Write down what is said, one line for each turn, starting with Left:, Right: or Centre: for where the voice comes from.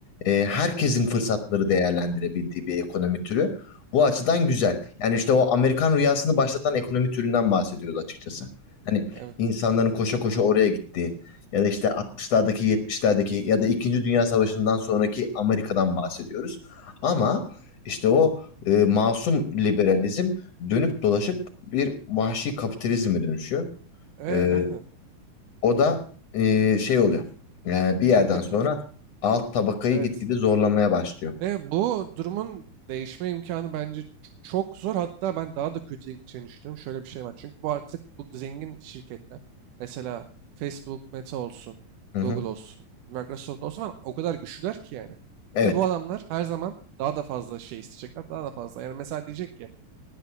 Left: e, herkesin fırsatları değerlendirebildiği bir ekonomi türü. Bu açıdan güzel. Yani işte o Amerikan rüyasını başlatan ekonomi türünden bahsediyoruz açıkçası. Hani
Right: Evet.
Left: insanların koşa koşa oraya gittiği ya da işte 60'lardaki 70'lerdeki ya da 2. Dünya Savaşı'ndan sonraki Amerika'dan bahsediyoruz. Ama işte o e, masum liberalizm dönüp dolaşıp bir vahşi kapitalizme dönüşüyor.
Right: Evet,
Left: E,
Right: aynen.
Left: o da e, şey oluyor. E, bir
Right: Çok
Left: yerden
Right: kötü.
Left: sonra alt tabakayı
Right: Evet.
Left: gitgide zorlamaya başlıyor.
Right: Ve bu durumun değişme imkanı bence çok zor. Hatta ben daha da kötüye gideceğini düşünüyorum. Şöyle bir şey var. Çünkü bu artık bu zengin şirketler. Mesela Facebook, Meta olsun,
Left: Hı
Right: Google
Left: hı.
Right: olsun, Microsoft olsun falan o kadar güçlüler ki yani.
Left: Evet.
Right: Ve bu adamlar her zaman daha da fazla şey isteyecekler. Daha da fazla. Yani mesela diyecek ki